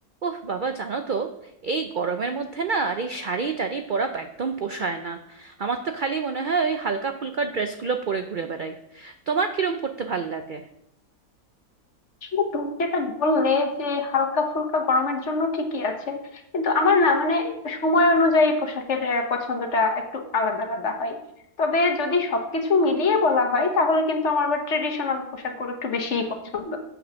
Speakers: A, on the right; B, on the left.
A: ওহ বাবা জানো তো এই গরমের মধ্যে না আর এই শাড়ি টাড়ি পরা একদম পোষায় না আমার তো খালি মনে হয় ওই হালকা ফুলকা ড্রেসগুলো পরে ঘুরে বেড়াই তোমার কিরম পরতে ভাল লাগে
B: আসলে তুমি যেটা বললে যে হালকা ফুলকা গরমের জন্য ঠিকই আছে কিন্তু আমার না মানে সময় অনুযায়ী পোশাকের আহ, পছন্দটা একটু আলাদা আলাদা হয় তবে যদি সবকিছু মিলিয়ে বলা হয় তাহলে কিন্তু আমার আবার ট্রেডিশনাল পোশাকগুলো একটু বেশিই পছন্দ